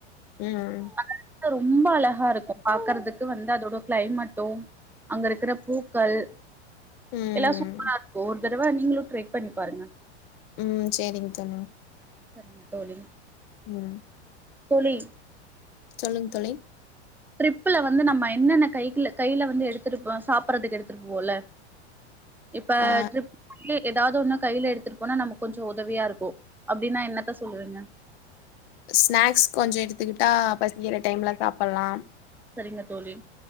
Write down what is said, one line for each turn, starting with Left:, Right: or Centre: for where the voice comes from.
Left: ம்
Centre: அது ரொம்ப அழகா இருக்கு பாக்கறதுக்கு வந்து அதோட கிளைமெட்டு அங்க இருக்கிற பூக்கள்
Left: ம்
Centre: எல்லா சூப்பரா இருக்கு ஒர் ஒரு தடவ நீங்களு ட்ரை பண்ணி பாருங்க
Left: ம் செரிங் தோழி
Centre: செரிங்க தோழி
Left: ம்
Centre: தோழி
Left: சொல்லுங் தோழி
Centre: ட்ரிப்புல வந்து நம்ம என்னென்ன கைக்ல கையில வந்து எடுத்துட்டுப்போ சாப்புட்றதுக்கு எடுத்துட்டு போவல்ல இப்ப
Left: ஆ
Centre: ட்ரிப் லி எதாவ்து ஒண்ணு கையில எடுத்துட்டு போனா நமக்கு கொஞ்சோ உதவியா இருக்கு அப்டின்னா என்னத்த சொல்லுவீங்க
Left: ஸ்நாக்ஸ் கொஞ்சோ எடுத்துக்கிட்டா பசிக்கிற டைம்ல சாப்பல்லா
Centre: செரிங்க தோழி